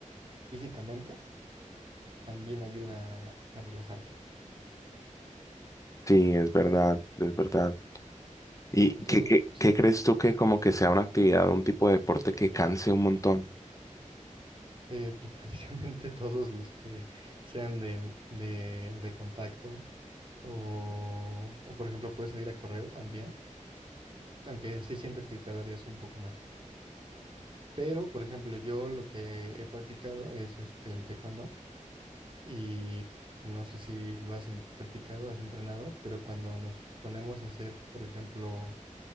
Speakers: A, on the right; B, on the left.
A: físicamente también ayuda a a relajarte.
B: Sí, es verdad, es verdad. ¿Y
A: Entonces,
B: qué, qué,
A: pues,
B: qué crees tú que como que sea una actividad, un tipo de deporte que canse un montón?
A: eh, pues <laughs> prácticamente todos los que sean de, de- de contacto o, o, por ejemplo, puedes salir a correr también, aunque sí siento que tardarías un poco más. Pero, por ejemplo, yo lo que he practicado es este, el taekwondo y no sé si lo has en- practicado, has entrenado, pero cuando nos ponemos a hacer, por ejemplo,